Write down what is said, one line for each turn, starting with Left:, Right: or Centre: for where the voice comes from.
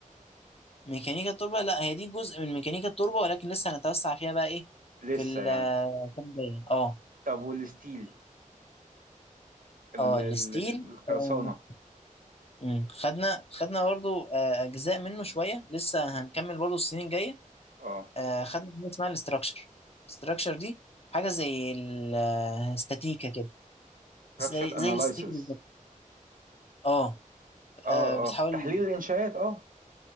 Left: ميكانيكا التربه لا هي دي جزء من ميكانيكا التربه ولكن لسه هنتوسع فيها بقى ايه
Right: لسه
Left: في السنه
Right: يعني
Left: الجايه اه
Right: طب والستيل ال-
Left: اه
Right: ال-
Left: الستيل
Right: الخرسانة
Left: آه، مم. خدنا خدنا برضو آه، اجزاء منه شويه لسه هنكمل برضو السنين الجايه
Right: اه
Left: آه، خدنا حاجه اسمها الاستراكشر الاستراكشر دي حاجه زي الاستاتيكا كده زي
Right: structure analysis
Left: زي الاستاتيكا بالظبط اه
Right: اه
Left: آه، بتحاول
Right: اه تحليل الانشاءات اه